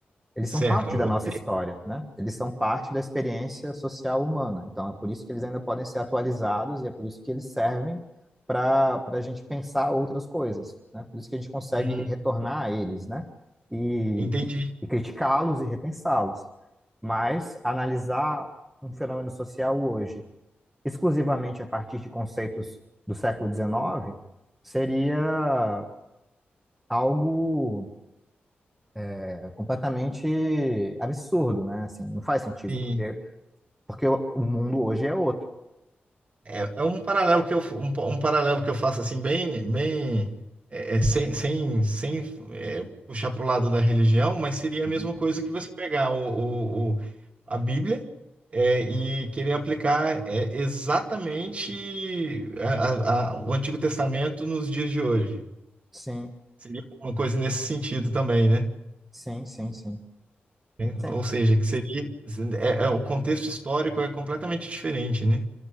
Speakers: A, in the centre; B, on the right.
A: Eles
B: certo,
A: são parte da
B: ok.
A: nossa história, né? Eles são parte da experiência social humana. Então, é por isso que eles ainda podem ser atualizados e é por isso que eles servem para a gente pensar outras coisas, né? Por isso que a gente consegue
B: Hum,
A: retornar a eles, né? E,
B: entendi,
A: e criticá-los e repensá-los. Mas analisar um fenômeno social hoje exclusivamente a partir de conceitos do século XIX seria algo é, completamente absurdo, né? Assim, não faz sentido,
B: sim.
A: porque, porque o o mundo hoje é outro.
B: É, é um paralelo que eu, um, um paralelo que eu faço assim bem, bem é, é, sem, sem, sem é, puxar para o lado da religião, mas seria
A: Uhum.
B: a mesma coisa que você pegar o, o- o- a Bíblia é, e querer aplicar é, exatamente a- a- a- o Antigo Testamento nos dias de hoje.
A: Sim,
B: Seria uma coisa nesse sentido também, né?
A: sim, sim, sim.
B: É,
A: Sim,
B: Ou seja, que seria é, é, o contexto histórico é completamente diferente, né?